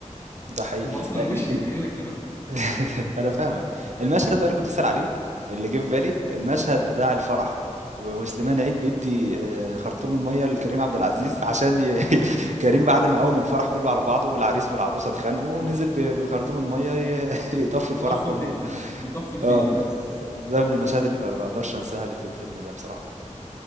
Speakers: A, on the right; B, on the left.
A: ده حقيقي
B: هو اصلا
A: آه،
B: وشه يبين لك كده
A: <laughs> أنا فاهمك. المشهد بقى اللي كنت بتسأل عليه، اللي جه في بالي، المشهد بتاع الفرح و وسليمان عيد بيدّي آآ خرطوم المَيّة لكريم عبد العزيز عشان ي <laughs> كريم بعد ما قوّم الفرح كُلّه على بعضه والعريس والعروسة اتخانقوا، نزل ب بخرطوم المَيّة ي <laughs> يطفّي الفرح
B: يطفي
A: كُلّه
B: الدنيا
A: بقى.
B: يطفي الدنيا
A: آه، ده ده من المشاهد اللي ما باقدرش أنساها اللي في الفيلم ده بصراحة.